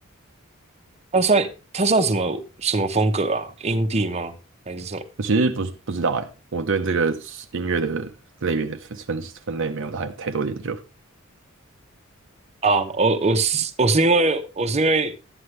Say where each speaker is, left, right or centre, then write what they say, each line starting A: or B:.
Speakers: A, on the right; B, on the right.
A: 他算他算什么什么风格啊？indie 吗？还是什么？
B: 我其实不是不知道哎、我对这个音乐的类别的分分分类没有太太多研究。
A: 啊，我我是我是因为我是因为